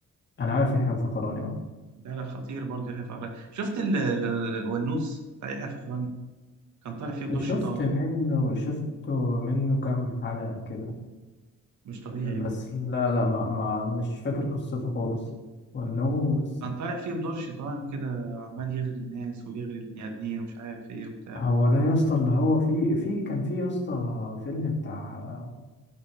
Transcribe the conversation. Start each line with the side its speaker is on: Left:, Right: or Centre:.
Left: انا عارف يحيى الفخراني اه
Right: ده لا خطير برضه يحيى الفخراني شفت ال- الونوس بتاع يحيى الفخراني كان طالع فيه بدور شيطان
Left: شفت منه شفته منه كام حلقة كده
Right: مش طبيعي
Left: بس لا لا ما, ما مش فاكر قصته خالص وانه
Right: كان طالع فيه بدور شيطان كده عمال يغري الناس ويغري البني آدمين ومش عارف إيه وبتاع
Left: هو ده يا اسطى اللي هو في في كان في يا اسطى فيلم بتاع